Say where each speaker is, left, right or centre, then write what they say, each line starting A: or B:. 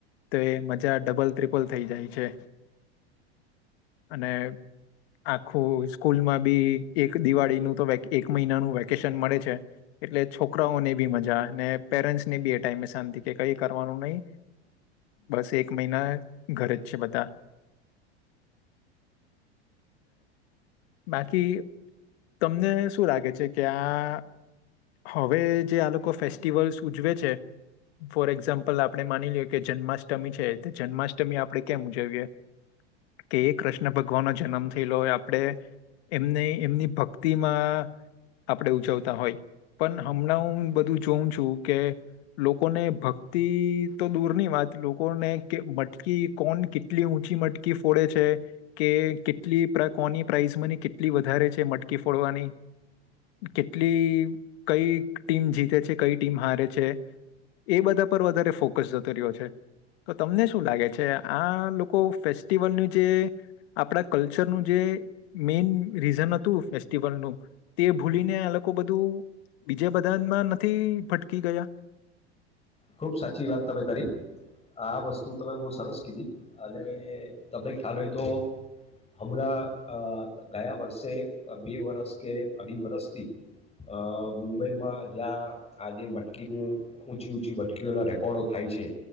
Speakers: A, on the left; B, on the left.
A: તો એ મજા ડબલ ત્રિપલ થઈ જાય છે. અને આખું, સ્કૂલમાં બી એક દિવાળીનું તો એક મહિનાનું વેકેશન મળે છે. એટલે છોકરાઓને બી મજા, ને પેરેન્સને બી એ ટાઈમે શાંતિ, કે કઈ કરવાનું નહિં, બસ એક મહિના ઘરે જ છે બધા. બાકી, તમને શું લાગે છે કે આ હવે જે આ લોકો ફેસ્ટિવલ્સ ઉજવે છે, ફોર એક્ઝામ્પલ, આપણે માની લઈએ કે જન્માષ્ટમી છે. તે જન્માષ્ટમી આપણે કેમ ઉજવીએ કે, એ કૃષ્ણ ભગવાનનો જનમ થયેલો હોય. આપણે એમને, એમની ભક્તિમાં આપણે, ઉજવતા હોય. પણ હમણાં હું બધું જોઉં છું કે લોકોને ભક્તિ તો દૂરની વાત લોકોને કે મટકી કોન કેટલી ઊંચી મટકી ફોડે છે કે કેટલી પ્ર કોની પ્રાઇસમાંની કેટલી વધારે છે મટકી ફોડવાની કેટલી કઈ ટીમ જીતે છે કઈ ટીમ હારે છે એ બધા પર વધારે ફોકસ જતો રિયો છે. તો તમને શું લાગે છે આ લોકો ફેસ્ટિવલનું જે આપણા કલ્ચરનું જે મેન રીઝન હતું ફેસ્ટિવલનું તે ભૂલીને આ લોકો બધું બીજે બધાનમાં નથી ભટકી ગયા?
B: ખુબ સાચી વાત તમે કરી આ વસ્તુ તમે બહુ સરસ કીધી અને તમને ખ્યાલ હોય તો હમણાં અ ગયા વર્ષે બે વરસ કે અઢી વરસથી અ મુંબઈમાં જ્યાં આજે મટકીનું ઊંચી ઊંચી બટ કીઓના રેકોર્ડો થાય છે,